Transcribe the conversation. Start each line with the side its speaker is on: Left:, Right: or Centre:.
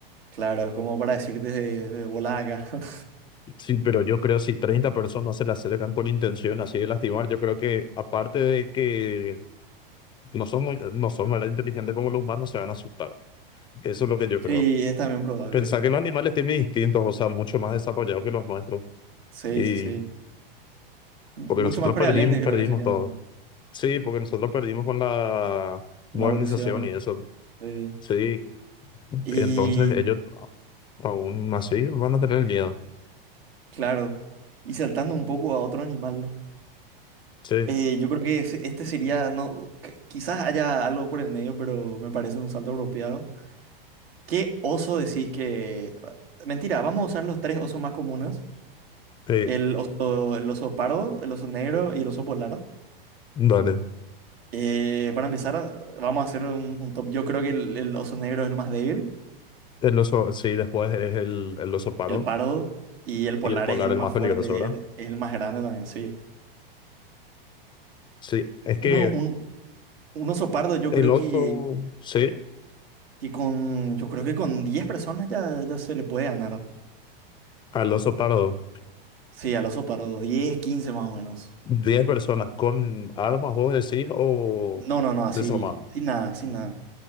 Right: Claro, es como para decirte de, de bola acá. <laughs>
Left: Sí, pero yo creo si treinta personas se le acercan con intención así de lastimar, yo creo que aparte de que no son, no son más inteligentes como los humanos, se van a asustar. Eso es lo que yo
Right: Sí,
Left: creo.
Right: es también probable.
Left: Pensar que los animales tienen instintos, o sea, mucho más desarrollados que los nuestros.
Right: Sí,
Left: Y
Right: sí, sí. M-
Left: porque
Right: Mucho
Left: nosotros
Right: más prevalentes
Left: perdimos, perdimos
Right: creo que serían
Left: todo.
Right: ¿no?
Left: Sí, porque nosotros perdimos con la
Right: en
Left: modernización
Right: la evolución. Y,
Left: y eso.
Right: sí.
Left: Sí,
Right: Y,
Left: entonces ellos aún así van a tener miedo.
Right: claro, y saltando un poco a otro animal.
Left: Sí,
Right: Eh, yo creo que es- este sería, no, qu- quizás haya algo por el medio, pero me parece un salto apropiado. ¿Qué oso decís que... Mentira, vamos a usar los tres osos más comunes.
Left: sí,
Right: El oso, el oso pardo, el oso negro y el oso polar.
Left: dale.
Right: Eh, para empezar, vamos a hacer un, un top. Yo creo que el, el oso negro es el más débil,
Left: El oso, sí, después es el, el oso paro
Right: el pardo y el
Left: y
Right: polar
Left: el polar
Right: es el
Left: el
Right: más
Left: más
Right: fuerte,
Left: peligroso, ¿verdad?
Right: el- es el más grande también, sí.
Left: Sí, es que
Right: Uno, un, un oso pardo yo
Left: el
Right: creo
Left: oso,
Right: que,
Left: sí,
Right: que con, yo creo que con 10 personas ya, ya se le puede ganar.
Left: al oso pardo.
Right: Sí, al oso pardo, 10, 15 más o menos.
Left: diez personas con armas, vos decís, o
Right: No, no, no, así,
Left: desarmando.
Right: sin nada, sin nada.